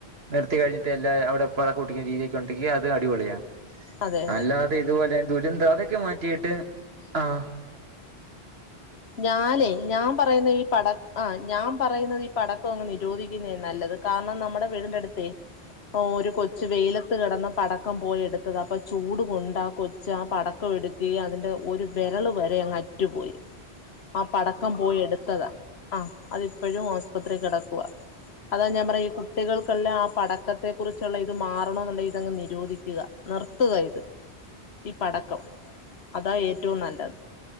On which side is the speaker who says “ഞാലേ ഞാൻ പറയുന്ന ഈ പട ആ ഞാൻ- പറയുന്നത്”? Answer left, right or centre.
Left